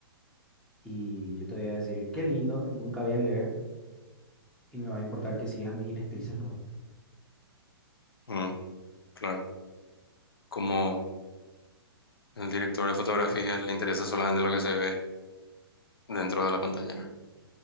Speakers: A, in the centre; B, on the left (about 70°).
A: y yo te voy a decir, qué lindo, nunca voy a leer y me va a importar que sigas mis directrices nomás.
B: Mm, claro. Como el director de fotografía le interesa solamente lo que se ve. dentro de la pantalla.